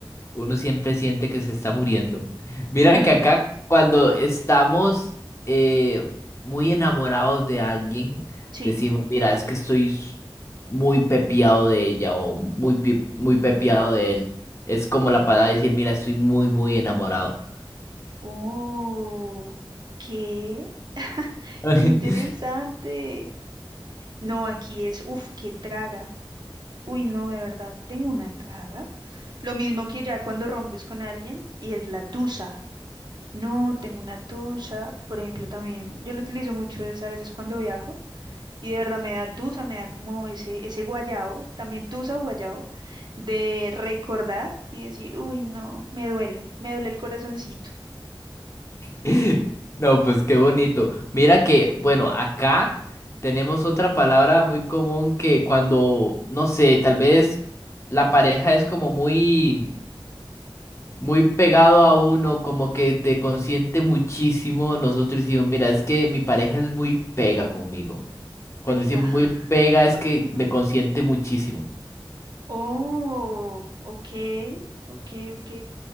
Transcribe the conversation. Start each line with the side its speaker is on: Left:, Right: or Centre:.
Left: Uno siempre siente que se está muriendo. Mira
Right: Mm,
Left: que acá cuando estamos eh, muy enamorados de alguien,
Right: sí.
Left: decimos, mira, es que estoy s- muy pepiado de ella o muy, pe- muy pepiado de él. Es como la palabra de decir, mira, estoy muy, muy enamorado.
Right: Oh, qué, <laughs>
Left: <laughs>
Right: qué interesante. No, aquí es, uff, qué traga. Uy, no, de verdad, tengo una traga. Lo mismo que ya cuando rompes con alguien y es la tusa. No, tengo una tusa, por ejemplo, también. Yo lo utilizo mucho es a veces cuando viajo y de verdad me da tusa, me da como ese, ese guayao, también tusa o guayao, de recordar y decir, uy, no, me duele, me duele el corazoncito.
Left: <laughs> No, pues qué bonito. Mira que, bueno, acá tenemos otra palabra muy común que cuando, no sé, tal vez la pareja es como muy, muy pegado a uno, como que te consiente muchísimo. Nosotros decimos, mira, es que mi pareja es muy pega conmigo. Cuando
Right: Pega.
Left: decimos muy pega es
Right: Ujú.
Left: que me consiente muchísimo.
Right: Oh, ok, ok, ok.